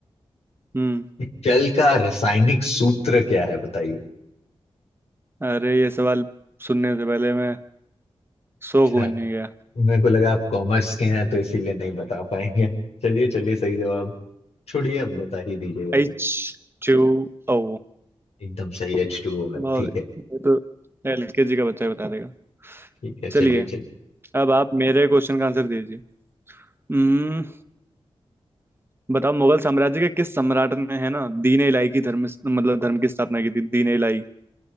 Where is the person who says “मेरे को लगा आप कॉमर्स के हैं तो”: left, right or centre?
Left